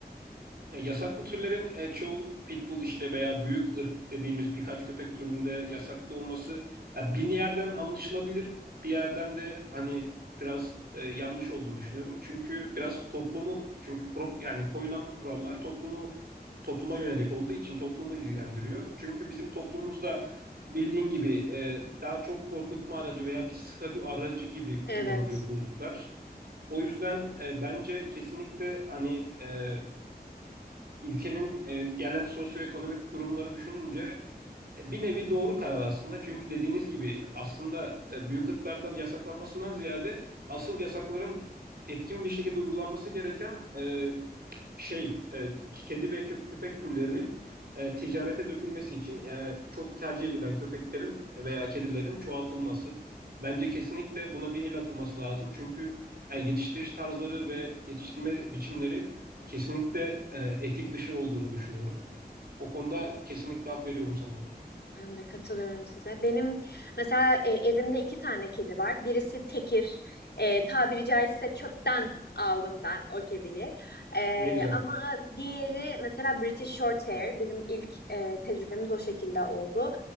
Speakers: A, on the right; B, on the left.
A: E, Yasaklı türlerin e, çoğu pitbull işte veya büyük ırk dediğimiz birkaç köpek türünde yasaklı olması ya, bir yerden anlaşılabilir bir yerden de hani biraz e, yanlış olduğunu düşünüyorum. Çünkü biraz toplumu çünkü kro- yani koyulan kurallar toplumu topluma yönelik olduğu için toplumu ilgilendiriyor. Çünkü bizim toplumumuzda bildiğin gibi e, daha çok korkutma aracı veya bir statü aracı gibi
B: Evet.
A: kullanılıyor bu ırklar. O yüzden e, bence kesinlikle hani e, ülkenin e, genel sosyoekonomik durumları düşününce e, bir nevi doğru karar aslında. Çünkü dediğiniz gibi aslında e, büyük ırklardan yasaklanmasından ziyade asıl yasakların etkin bir şekilde uygulanması gereken e, şey e, kedi ve köpek, köpek türlerinin e, ticarete dökülmesi için yani çok tercih edilen köpeklerin veya kedilerin çoğaltılması. Bence kesinlikle buna bir el atılması lazım. Çünkü yani yetiştiriş tarzları ve yetiştirme biçimleri kesinlikle e, etik dışı olduğunu düşünüyorum. O konuda kesinlikle hak veriyorum sana.
B: Ben de katılıyorum size. Benim mesela e, evimde iki tane kedi var. Birisi tekir. E, tabiri caizse çöpten aldım ben o kediyi. E,
A: Ne güzel,
B: ama diğeri mesela British Shorthair. Bizim ilk e, tecrübemiz o şekilde oldu.